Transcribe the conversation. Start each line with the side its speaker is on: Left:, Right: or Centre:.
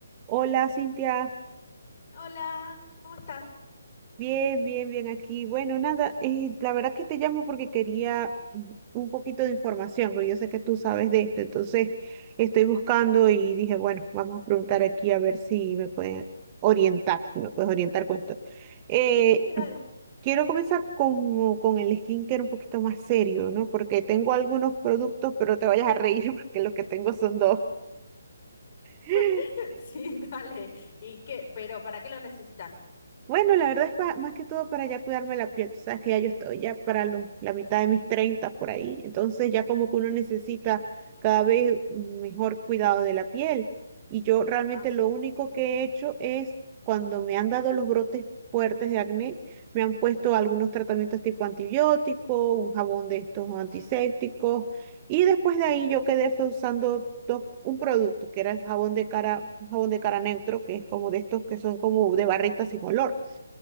Right: Hola, Cintia.
Left: Hola, ¿cómo estás?
Right: Bien, bien, bien aquí. Bueno, nada, eh, la verdad que te llamo porque quería un poquito de información, porque yo sé que tú sabes de esto, entonces estoy buscando y dije, bueno, vamos a preguntar aquí a ver si me pueden orientar, si me puedes orientar con esto. Eh,
Left: Sí, dale.
Right: quiero comenzar con, con el skincare un poquito más serio, ¿no? Porque tengo algunos productos, pero no te vayas a reír <laughs> porque lo que tengo son dos. <laughs>
Left: <laughs> Sí, dale. ¿Y qué? Pero ¿para qué lo necesitas?
Right: Bueno, la verdad es pa- más que todo para ya cuidarme la piel. Tú sabes que ya yo estoy ya para los- la mitad de mis 30 por ahí. Entonces ya como que uno necesita cada vez mejor cuidado de la piel. Y yo realmente
Left: Ah, sí.
Right: lo único
Left: ujú,
Right: que he hecho es cuando me han dado los brotes fuertes de acné, me han puesto algunos tratamientos tipo antibiótico, un jabón de estos antisépticos.
Left: Sí,
Right: Y después de ahí yo quedé fue usando dos- un producto que era el jabón de cara, un jabón de cara neutro, que es como de estos que son como de barritas sin olor.